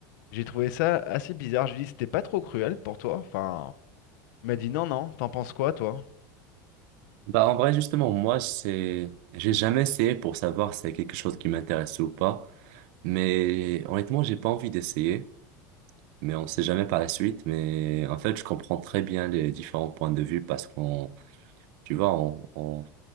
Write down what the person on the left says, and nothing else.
J'ai trouvé ça assez bizarre. Je lui ai dit, c'était pas trop cruel pour toi. Enfin, il m'a dit, non, non, t'en penses quoi, toi?